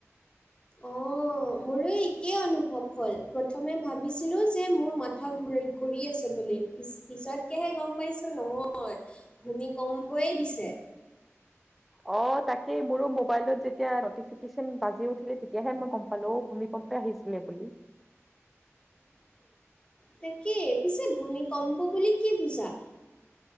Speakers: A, on the left; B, in the centre.
A: অ অঁ মোৰ একেই অনুভৱ হ'ল প্ৰথমে ভাবিছিলোঁ যে মোৰ মাথা ঘূ ঘূৰি আছে বুলি পিছ পিছতকৈহে গম পাইছোঁ নহয় ভূমি কমকৈয়ে দিছে
B: অ তাকেই মোৰো মোবাইলত যেতিয়া নটিফিকেশ্যন বাজি উঠিলে তেতিয়াহে মই গম প পালে ভূমিকম্পে আহিছিলে বুলি
A: তাকেই পিছে ভূমিকম্প বুলি কি বুজা